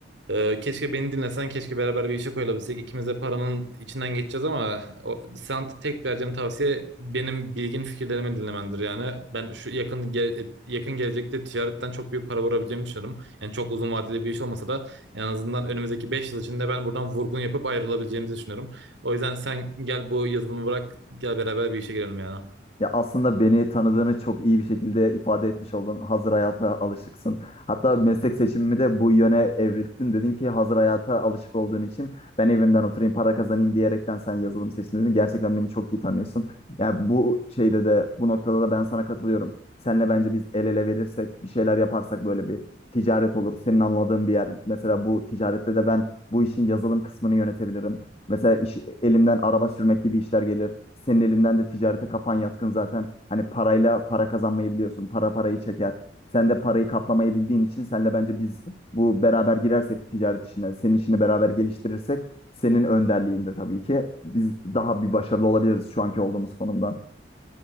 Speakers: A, on the right (about 75°); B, on the left (about 30°).
A: ee, keşke beni dinlesen, keşke beraber bir işe koyulabilsek. İkimiz de paranın içinden geçeceğiz ama o, sana tek vereceğim tavsiye benim bilgin fikirlerimi dinlemendir yani. Ben şu yakın ge- e, yakın gelecekte ticaretten çok büyük para vurabileceğimi düşünüyorum. Yani çok uzun vadeli bir iş olmasa da en azından önümüzdeki 5 yıl içinde ben buradan vurgun yapıp ayrılabileceğimizi düşünüyorum. O yüzden sen gel bu yazılımı bırak, gel beraber bir işe girelim yani.
B: Ya aslında beni tanıdığını çok iyi bir şekilde ifade etmiş oldun. Hazır hayata alışıksın. Hatta meslek seçimimi de bu yöne evrilttin. Dedin ki hazır hayata alışık olduğun için ben evimden oturayım para kazanayım diyerekten sen yazılım seçtin dedin. Gerçekten beni çok iyi tanıyorsun. Yani bu şeyde de bu noktada da ben sana katılıyorum. Seninle bence biz el ele verirsek bir şeyler yaparsak böyle bir ticaret olur. Senin anladığın bir yer. Mesela bu ticarette de ben bu işin yazılım kısmını yönetebilirim. Mesela iş, elimden araba sürmek gibi işler gelir. Senin elinden de ticarete kafan yatkın zaten. Hani parayla para kazanmayı biliyorsun. Para parayı çeker. Sen de parayı katlamayı bildiğin için senle bence biz bu beraber girersek ticaret işine, senin işini beraber geliştirirsek senin önderliğinde tabii ki biz daha bir başarılı olabiliriz şu anki olduğumuz konumdan.